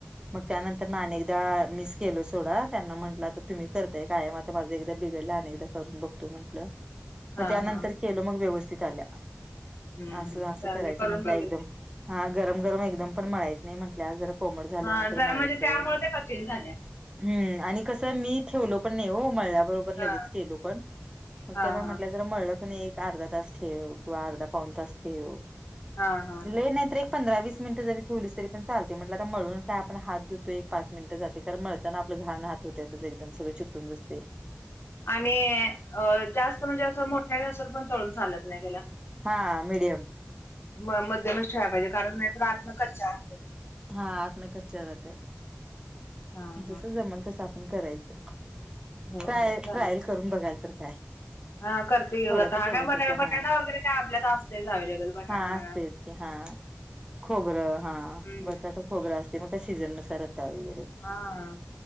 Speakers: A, on the right; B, on the left.
A: मग त्यानंतर ना अनेकदा मिस केल सोडा. त्यांना म्हंटलं, आता तुम्ही करता कायम आता. माझं एकदा बिघडलं, आणि एकदा करून बघतो म्हटल.
B: हा
A: मग त्यानंतर
B: हा
A: केलं मग व्यवस्थित आल्या.
B: हम्म
A: असं,
B: हम्म
A: असं
B: चाल
A: करायचं
B: मी करून
A: म्हंटलं
B: बघेल
A: एकदम हा गरम - गरम एकदम पण मळायच नाही म्हंटल्यावर, जर कोमट झाल्यानंतर
B: हा जरा
A: मळायचं.
B: म्हणजे त्यामुळे ते कठीण झाल्या
A: हम् आणि कसं, मी ठेवलो पण नाही हो. मळल्यावर वर लगेच
B: हा
A: केलं पण. पण
B: हा
A: त्या काय म्हटल्या
B: हा
A: मळल कणय एक अर्धा तास ठेव. किंवा अर्धा पाऊण तास ठेव.
B: हा हा हा
A: लै नाही तर एक पंधरा - वीस मिनट जरी ठेवलीस तरी पण चालते. म्हटलं मळून काय आपण हात धुतोय. पाच मिनिटं जाते. कारण मळताना आपलं घाण हात होतेत्यातच. एकदम सगळं चिपटून बसते.
B: आणि जास्त म्हणजे असं, मोठ्या गॅसवर पण तळून चालत नाही त्याला.
A: हा, मीडियम.
B: म मध्यमच ठेवाया पाहिजे. कारण नाहीतर आतन कच्चा राहत्यात.
A: हा, आतन कच्च्या राहतात.
B: हा
A: जसं
B: हा
A: जमल तस आपण करायचं.
B: हो
A: ट्राय-
B: हो चालेल
A: ट्रायल करून बघाल तर काय?
B: हा करते येऊ
A: थोड्याच
B: आता. हा
A: केलं
B: काय बटा,
A: तर
B: बटाटा
A: हा
B: वगैरे काय आपल्यात असतेच अव्हेलेबल. बटाटा
A: हा असतेच
B: बघा.
A: हा, खोबरं. हा,
B: हम्म
A: बटाटा खोबरा असते, म काय सीजून आता वगैरे
B: हा.